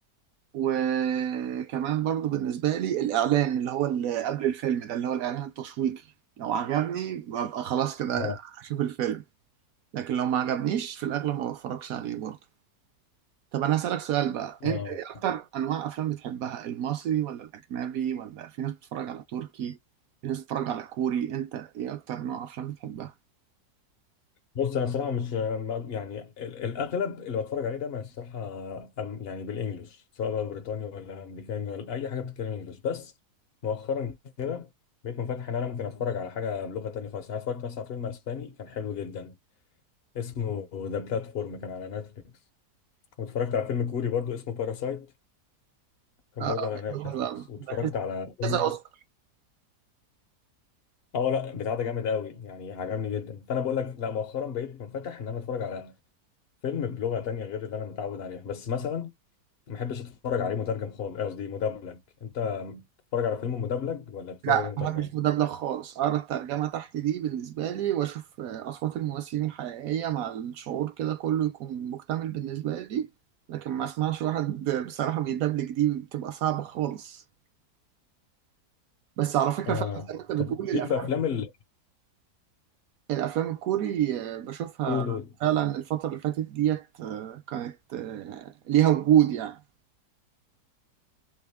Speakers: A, on the right; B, on the left.
A: وكمان برضو بالنسبة لي الإعلان اللي هو اللي قبل الفيلم ده اللي هو الإعلان التشويقي لو عجبني ببقى خلاص كده
B: اه
A: هشوف الفيلم لكن لو ما عجبنيش في الأغلب ما بتفرجش عليه برضو طب انا هسألك سؤال بقى
B: اه
A: انت ايه اكتر انواع افلام بتحبها المصري ولا الاجنبي ولا في ناس بتتفرج على تركي في ناس بتتفرج على كوري انت ايه اكتر نوع افلام بتحبها
B: بص انا صراحه مش ما- يعني ال- الاغلب اللي بتفرج عليه ده ما الصراحه أم- يعني بالانجلش سواء بقى بريطاني ولا امريكاني ولا اي حاجه بتتكلم انجلش بس مؤخرا كده بقيت منفتح ان انا ممكن اتفرج على حاجه بلغه تانية خالص يعني انا اتفرجت مثلا على فيلم اسباني كان حلو جدا اسمه ذا بلاتفورم كان على نتفليكس واتفرجت على فيلم كوري برضو اسمه باراسايت كان
A: اه
B: برضو على
A: بيبقى حلو
B: نتفليكس
A: قوي
B: واتفرجت
A: بحس
B: على فيلم
A: كذا اوسكار
B: اه لا بتاع ده جامد قوي يعني عجبني جدا فانا بقول لك لا مؤخرا بقيت منفتح ان انا اتفرج على فيلم بلغة تانية غير اللي أنا متعود عليها بس مثلا ما بحبش أتفرج عليه مترجم خالص إيه قصدي مدبلج أنت بتتفرج على فيلم مدبلج ولا بتتفرج
A: لا
B: عليه مترجم؟
A: ما بحبش مدبلج خالص اقرا الترجمه تحت دي بالنسبه لي واشوف آه، اصوات الممثلين الحقيقيه مع الشعور كده كله يكون مكتمل بالنسبه لي لكن ما اسمعش واحد بصراحه بيدبلج دي بتبقى صعبه خالص بس على فكره
B: آه
A: فعلا زي ما انت بتقول
B: طب
A: الافلام
B: ليك في أفلام ال
A: الافلام الكوري آه، بشوفها
B: قول قول
A: فعلا الفتره اللي فاتت ديت آه، كانت آه، ليها وجود يعني